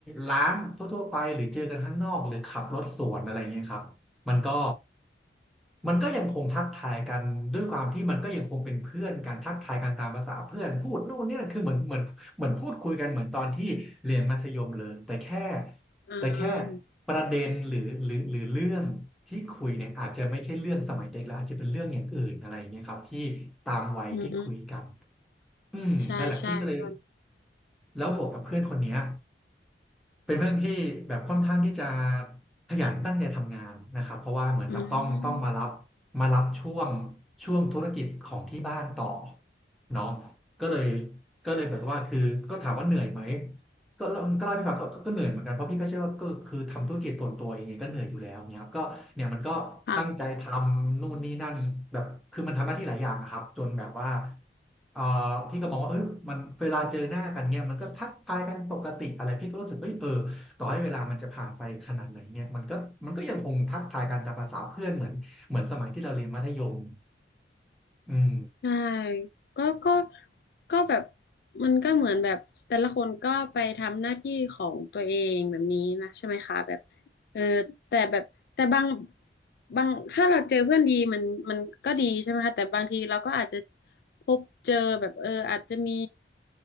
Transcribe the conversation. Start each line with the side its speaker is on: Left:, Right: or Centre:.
Centre: ร้านทั่วๆไปหรือเจอกันข้างนอกหรือขับรถสวนอะไรเงี้ยครับมันก็มันก็ยังคงทักทายกันด้วยความที่มันก็ยังคงเป็นเพื่อนกันทักทายกันตามภาษาเพื่อนพูดนู่นนี่นั่นคือเหมือนเหมือนเหมือนพูดคุยกันเหมือนตอนที่เรียนมัธยมเลยแต่แค่
Left: อ่า
Centre: แต่แค่ประเด็นหรือหรือหรือเรื่องที่คุยเนี่ยอาจจะไม่ใช่เรื่องสมัยเด็กแล้วอาจจะเป็นเรื่องอย่างอื่นอะไรอย่างเงี้ยครับที่ตามวัยที่คุยกัน
Left: อืม
Centre: อืมนั่นแหละพี่ก็เลย
Left: ใช่ใช่พี่บอล
Centre: แล้วบวกกับเพื่อนคนเนี้ย เป็นเรื่องที่แบบค่อนข้างที่จะขยันตั้งใจทำงานนะครับเพราะว่าเหมือนกับต้องต้องมารับ
Left: อืม
Centre: มารับช่วงช่วงธุรกิจของที่บ้านต่อเนาะก็เลยก็เลยแบบว่าคือก็ถามว่าเหนื่อยไหมก็ก็เล่าให้พี่ฟังก็ก็ก็เหนื่อยเหมือนกันเพราะพี่ก็เชื่อว่าก็คือทำธุรกิจส่วนตัวยังไงก็เหนื่อยอยู่แล้วเนี่ยครับก็เนี่ยมันก็ตั้งใจทำนู่นนี่นั่นแบบคือมันทำหน้าที่หลายอย่างอะครับจนแบบว่า
Left: ค่ะ
Centre: เอ่อพี่ก็มองว่าเอยมันเวลาเจอหน้ากันเนี่ยมันก็ทักทายกันปกติอะไร พี่ก็รู้สึกเอ้ยเออต่อให้เวลามันจะผ่านไปขนาดไหนเนี่ยมันก็มันก็ยังคงทักทายกันตามภาษาเพื่อนเหมือน เหมือนสมัยที่เราเรียนมัธยมอืม
Left: ใช่ก็ก็ก็แบบมันก็เหมือนแบบแต่ละคนก็ไปทำหน้าที่ของตัวเองแบบนี้นะใช่ไหมคะแบบเออแต่แบบแต่บางบางถ้าเราเจอเพื่อนดีมันมันก็ดีใช่ไหมคะแต่บางทีเราก็อาจจะพบเจอแบบเอออาจจะมี